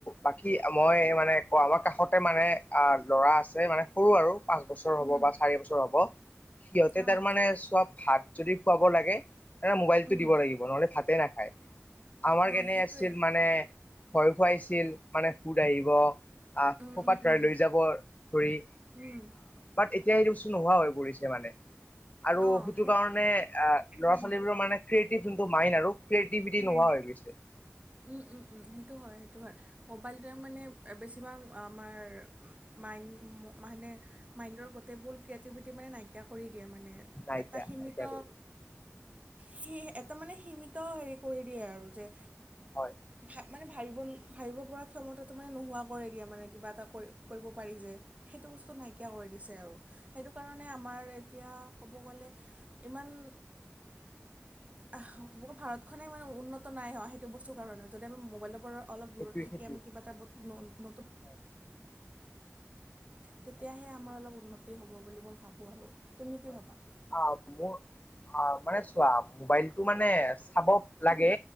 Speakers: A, on the left; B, on the right.
A: বাকী মই মানে কওঁ আমাৰ কাষতে মানে আ ল'ৰা আছে মানে সৰু আৰু পাঁচ বছৰ হ'ব
B: উম,
A: বা চাৰি বছৰ হ'ব সিহঁতে
B: অঁ
A: তাৰমানানে চোৱাপ- ভাত যদি খুৱাব লাগে মোবাইলতটো
B: উম,
A: দিব লাগিব নহ'লে ভাতেই নাখায়। আমাৰ
B: অঁ
A: কেনে
B: সেইটোৱে
A: আছিল মানে ভয় খুৱাইছিল মানে ভুত আহিব আহ
B: উম,
A: সোপাধৰাই
B: উম, উম,
A: লৈ যাব ধৰি,
B: উম
A: বাট এতিয়া সেইটো বস্তু নোহোৱা হৈ পৰিছে মানে আৰু
B: অঁ
A: সেইটো
B: সেই
A: কাৰণে আহ ল'ৰা
B: উম,
A: ছোৱালীবোৰৰ ক্ৰিয়েটিভ যোনটো মাইণ্ড আৰু ক্ৰিয়েটিভিটি
B: উম।
A: নোহোৱা হৈ গৈছে।
B: উম উম উম সেইটো হয় সেইটো হয়। মোবাইলটোৱে মানে বেছিভাগ আমাৰ মাইণ্ড মানে মাইণ্ডৰ গোটেইবোৰ ক্ৰিয়েটিভিটি মানে নাইকিয়া কৰি দিয়ে মানে।
A: নাইকিয়া
B: এটা সীমিত
A: নাইকিয়া কৰি দিছে
B: সি এটা মানে সীমিত হেৰি কৰি দিয়ে আৰু যে
A: হয়
B: ভা মানে ভাবিব ভাবিব পৰা ক্ষমতাটো মানে নোহোৱা কৰে দিয়া মানে কিবা এটা কৰি কৰিব পাৰি যে। সেইটো বস্তু নাইকিয়া কৰি দিছে আৰু। সেইটো কাৰণে আমাৰ এতিয়া ক'ব গ'লে ইমান আহ ভাৰতখনেই ইমান উন্নত নাই হোৱা সেইটো বস্তুৰ কাৰণে যদি আমি মোবাইলৰ পৰা অলপ
A: সেইটোৱে
B: দূৰত থাকি
A: সেইটোৱে
B: আমি কিবা এটা ন-নতুন
A: হয়।
B: তেতিয়াহে
A: হয়
B: আমাৰ অলপ উন্নতি হ'ব বুলি মই ভাবোঁ আৰু। তুমি
A: হয়
B: কি ভাবা?
A: আহ মোৰ অ মানে চোৱা মোবাইলটো মানে চাব লাগে